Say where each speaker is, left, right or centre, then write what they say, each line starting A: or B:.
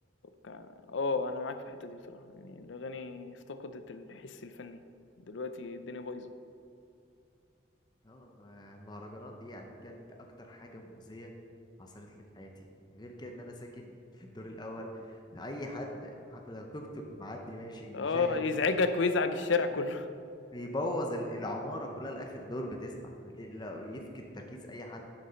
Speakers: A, on the left (about 75°); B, on the left (about 20°).
A: ك آه، أنا معاك في الحتّة دي بصراحة، يعني الأغاني افتقدت الحِس الفني، دلوقتي الدنيا بايظة.
B: اه المهرجانات دي يعني بجد اكتر حاجه مؤذيه حصلت لي في حياتي غير كده ان انا ساكن في الدور الاول اي حد حتى لو توك توك معدي ماشي
A: آه،
B: يشغل
A: يزعجك ويزعج الشارع كُلّه.
B: آه. بيبوظ ال- العماره كلها لاخر دور بتسمع لو يفقد تركيز اي حد